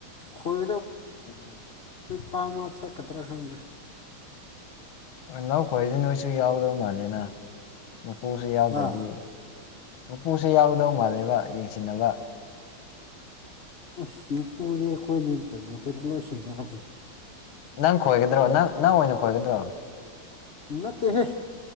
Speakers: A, on the left; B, on the left.
A: ꯈꯨꯏ
B: <inaudible>
A: ꯐꯥꯔꯝ ꯉꯥꯛ ꯆꯠꯀꯗ꯭ꯔꯥ ꯈꯪꯗꯦ
B: ꯑꯥ ꯂꯧ ꯈꯣꯏꯔꯗꯤ ꯅꯣꯏꯁꯨ ꯌꯥꯎꯗꯧ ꯃꯥꯜꯂꯦꯅ ꯃꯥꯄꯨꯁꯨ ꯌꯥꯎꯗ꯭ꯔꯗꯤ
A: ꯍꯥ
B: ꯎꯄꯨꯁꯨ ꯌꯥꯎꯒꯗꯧ ꯃꯥꯜꯂꯦꯕ ꯌꯦꯡꯁꯤꯟꯅꯕ
A: ꯑꯁ ꯃꯄꯨꯗꯤ ꯑꯩꯈꯣꯏꯅꯤ ꯀꯩꯅꯣ ꯑꯩꯈꯣꯏꯗ ꯂꯣꯏ ꯁꯤꯟꯅꯔ
B: ꯅꯪ ꯈꯣꯏꯒꯗ꯭ꯔꯣ ꯅꯪ ꯅꯪ ꯑꯣꯏꯅ ꯈꯣꯏꯒꯗ꯭ꯔꯣ
A: ꯅꯠꯇꯦꯍꯦ